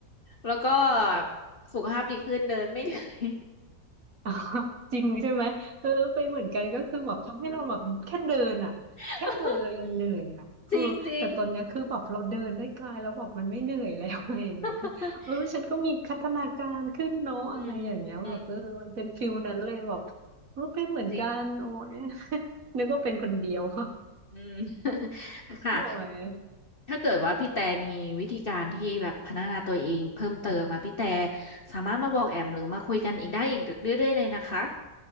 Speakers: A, on the left; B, on the right.
A: แล้วก็สุขภาพดีขึ้นเดินไม่เหนื่อย
B: อ๋อ <laughs> จริงใช่ไหมเออเป็นเหมือนกันก็คือแบบทำให้เราแบบแค่เดินอ่ะแค่เดินเรายังเหนื่อยอ่ะเออแต่ตอนเนี้ยคือแบบเราเดินด้วยกายแล้วแบบมันไม่เหนื่อยแล้ว
A: <laughs> จริงจริง
B: <laughs> อะไรอย่างเงี้ยคือเออฉันก็มีพัฒนาการขึ้นเนาะอะไรอย่างเงี้ยแบบเออมันเป็นฟิลนั้นเลยแบบ
A: <laughs> อืมอืม
B: เออเป็นเหมือนกันโอ้ย
A: จริง
B: <laughs> นึกว่าเป็นคนเดียว <laughs>
A: อืม <laughs> ค่ะ
B: โอ้ย
A: ถ้าเกิดว่าพี่แต่มีวิธีการที่แบบพัฒนาตัวเองเพิ่มเติมมาพี่แต่สามารถมาบอกแอมหรือมาคุยกันอีกได้อีกเรื่อยๆเลยนะคะ